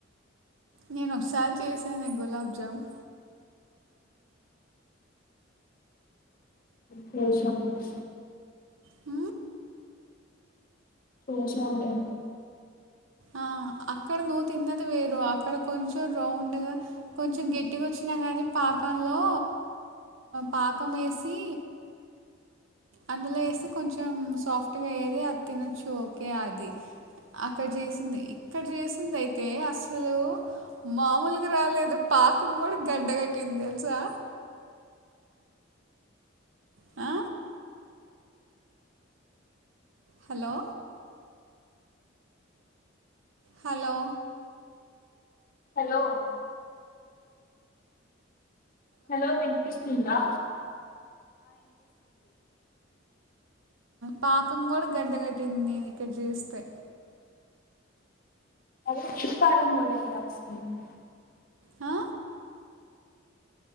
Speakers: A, on the right (about 75°); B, on the left (about 45°).
A: నేను ఒకసారి చేసాను గులాబ్ జామ్న్
B: చూసాం లే
A: హ
B: చూసాం లే
A: ఆ అక్కడ ను తిన్నది వేరు అక్కడ కొంచెం రౌండ్ గా కొంచెం గట్టిగా వచ్చిన కానీ పకంలో పాకం వేసి అందులో వేస్తే కొంచెం సాఫ్ట్గా అయేది అది తినొచ్చు ఓకే అది అక్కడ చేసింది ఇక్కడ చేసింది అయితే అసలు మామూలుగా రాలేదు పాకం కూడా గడ్డగట్టింది తెలుసా ఆ హలో హలో
B: హలో హలో వినిపిస్తుందా
A: పాకం కూడా గడ్డ కట్టింది నేను ఇక్కడ చేస్తే
B: అదక్షకారం మలక అస్ <unintelligible>
A: హా